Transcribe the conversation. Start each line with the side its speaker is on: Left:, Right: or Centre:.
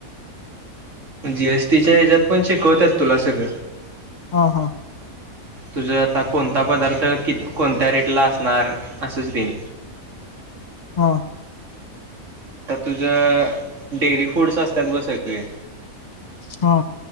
Right: जीएसटीच्या ह्याच्यात पण, शिकवतात तुला सगळं.
Left: हा हा
Right: तुझं आता कोणता पदार्थ क कोणत्या रेटला असणार असंच देन
Left: हा
Right: आता तुझं डेअरी फूड्स असतात ग सगळे
Left: हा